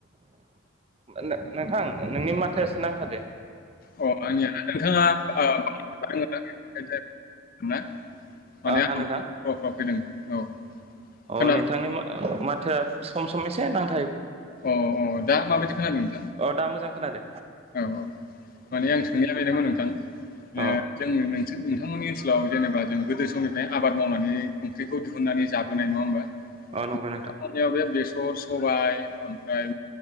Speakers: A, on the right; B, on the left.
A: नो-नोंथां नोंनि माथोया एसे नांथादो
B: अ आंनिया नोंथाङा <unintelligible> <unintelligible>
A: हा नोंथां अ
B: खोनाबाय
A: नोंथांनि माथोआ सम सम एसे नां
B: अ अ दा माबायदि खोनादों नोंथां
A: अ दा मोजां खोनादो
B: औ औ माने आं सोंनाया बेनोमोन नोंथां
A: अ
B: ओ जों नों नोंथांमोननि ओनसोलाव जेनेबा जों गोदो समनिफ्राय आबाद मावनानै ओंख्रिखौ दिहुननानै जाबोनाय नङा होमबा
A: औ नंगौ
B: नोंथांमोननियाव
A: नोंथां
B: बे बेसर सबाय ओमफ्राय